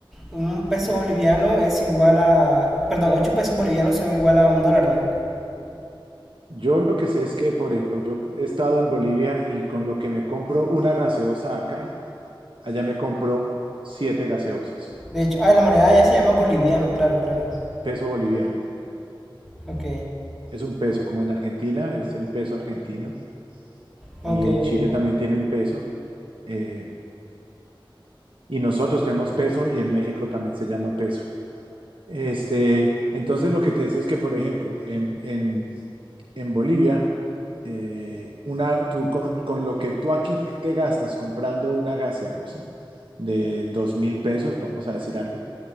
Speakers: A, in the centre; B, on the right.
A: un- un peso boliviano es igual a... Perdón, 8 pesos bolivianos son igual a un dólar, ¿no?
B: Yo lo que sé es que, por ejemplo, yo he estado en Bolivia y con lo que me compro una gaseosa acá, allá me compro siete gaseosas.
A: De hecho, ah, la moneda ya se llama boliviano, claro, claro.
B: Peso boliviano.
A: Ok,
B: Es un peso, como en Argentina, es el peso argentino.
A: ok,
B: Y en Chile
A: ok.
B: también tienen peso. eh, y nosotros tenemos peso y en México también se llama peso. Este, entonces lo que te decía es que, por ejemplo, en, en, en Bolivia, eh, una, tú, con, con lo que tú aquí te gastas comprando una gaseosa de dos mil pesos, vamos a decir algo,